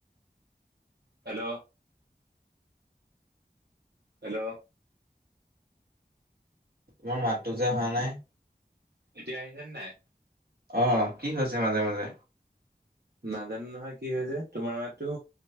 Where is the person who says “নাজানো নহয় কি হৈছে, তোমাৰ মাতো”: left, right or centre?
Right